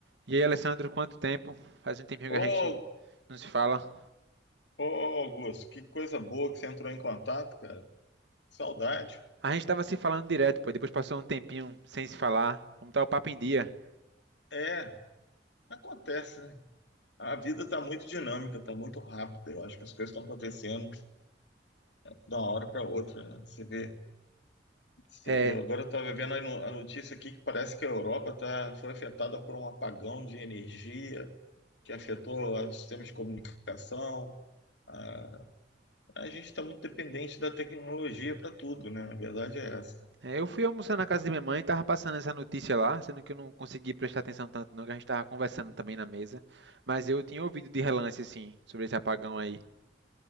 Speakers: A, on the right; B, on the left.
A: E aí, Alessandro, quanto tempo? Faz um tempinho
B: Ô,
A: que a gente não se fala.
B: ô, Augusto, que coisa boa que você entrou em contato, cara. Saudade.
A: A gente tava se falando direto, pô. Depois passou um tempinho sem se falar. Vamos estar o papo em dia.
B: É, acontece, né? A vida tá muito dinâmica, tá muito rápida. Eu acho que as coisas estão acontecendo de uma hora para outra, né? Você vê, você
A: É,
B: vê. Agora eu tava vendo a no- a notícia aqui que parece que a Europa tá, foi afetada por um apagão de energia que afetou os sistemas de comunicação. A, a gente está muito dependente da tecnologia para tudo, né? A verdade é essa.
A: é, eu fui almoçar na casa de minha mãe, tava passando essa notícia lá, sendo que eu não consegui prestar atenção tanto, não, que a gente tava conversando também na mesa. Mas eu tinha ouvido de relance, assim, sobre esse apagão aí.